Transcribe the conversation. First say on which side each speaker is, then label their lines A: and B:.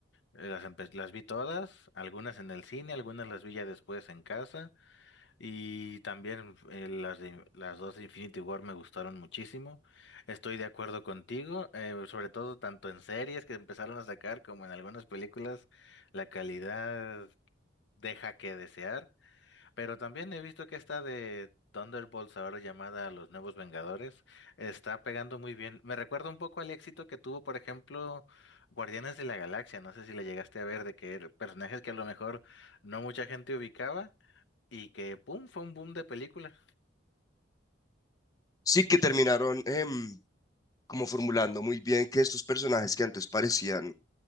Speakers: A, on the left; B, on the left.
A: eh, las, empe- las vi todas, algunas en el cine, algunas las vi ya después en casa, y también eh, las, de- las dos de Infinity War me gustaron muchísimo. Estoy de acuerdo contigo, eh, sobre todo tanto en series que empezaron a sacar como en algunas películas, la calidad deja que desear. Pero también he visto que esta de Thunderbolts, ahora llamada Los Nuevos Vengadores, está pegando muy bien. Me recuerda un poco al éxito que tuvo, por ejemplo, Guardianes de la Galaxia. No sé si la llegaste a ver, de que er- personajes que a lo mejor no mucha gente ubicaba y que, ¡pum!, fue un boom de película.
B: Sí que terminaron em, como formulando muy bien que estos personajes que antes parecían,